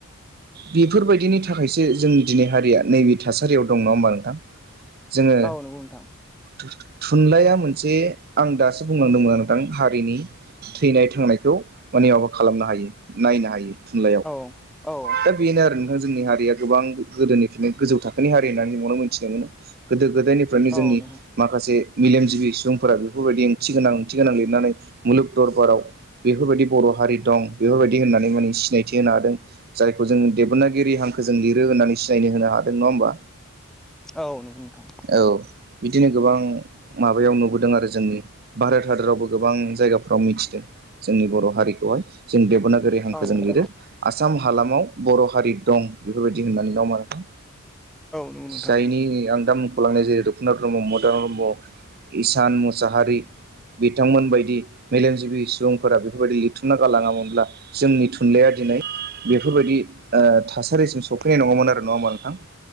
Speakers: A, on the right (about 45°); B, in the centre.
A: बेफोरबायदिनि थाखायसो जोंनि दिनै हारिया नैबे थासारियाव दं नङा होमबा नोंथां? जोङो
B: औ नंगौ नोंथां
A: थु-थु थुनलाइया मोनसे आं दासो बुंलांदोंमोन दां हारिनि थैनाय थांनायखौ माने माबा खालामनो हायो नायनो हायो। थुनलाइयाव
B: औ औ
A: <unintelligible> बेनो आरो नोंथां जोंनि हारिया गोबां गोदोनिफ्रायनो गोजौ थाखोनि हारि होननानै बुंबानो मोनथिनो मोनो। गोदो गोदायनिफ्रायनो जोंनि
B: औ नंगौ
A: माखासे मेलेमजिबि सुबुंफोरा बेफोरबायदि ओंथि गोनां ओंथि गोनां लिरनानै मुलुग दरबाराव बेफोरबायदि बर' हारि दं बेफोरबायदि होननानै माने सिनायथि होनो हादों जायखौ जोंङो देब'नागिरि हांखोजों लिरो होन्नानै सिनायनो होनो हादों नंङा होमबा।
B: औ नंगौ नोंथां।
A: औ बिदिनो गोबां माबायाव नुबोदों आरो जोंनि भारत हादोरावबो गोबां जायगाफ्राव मिथिदों जोंनि बर' हारिखौहाय जों देब'नागिरि हांखो
B: औ औ
A: जों लिरो। आसाम हालामाव बर' हारि दं बेफोरबायदि होननानै नंङा होमबा नोंथां।
B: नंगौ नोंथां औ नंगौ नोंथां
A: जायनि आं दा ख'लांनाय जेरै रुपुनाथ ब्रह्म, मदाराम ब्रह्म, इसान मुसाहारि बिथांमोन बायदि मेलेमजिबि सुबुंफोरा बेफोरबायदि लिरथुमना गालांङामोनब्ला जोंनि थुनलाइया लाइ बेफोरबायदि ओ थासारिसिम सफैनाय नंङामोन आरो नंङा होमबा नोंथां।